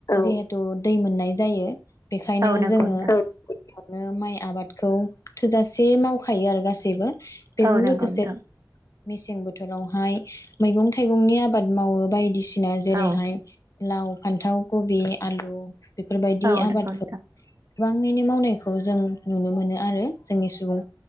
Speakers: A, on the left; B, on the right.
A: जे थ' दै मोननाय जायो । बेखायनो
B: औ नंगौ
A: जोङो
B: नोंथां
A: बेयावनो माइ आबादखौ थोजासे मावखायो आरो गासैबो बेजों
B: औ नोंगौ
A: लोगोसे
B: नोंथां ।
A: मेसें बोथोरावहाय मैगं थाइगंनि आ आबाद मावो बायदिसि ना जेरैहाय
B: औ
A: लाव, फान्थाव, खबि, आलु बेफोरबायदि
B: औ
A: आबादखौ
B: नंगौ नोंथां
A: गोबाङैनो मावनायखौ जों नुनो मोनो आरो जोंनि सुबुं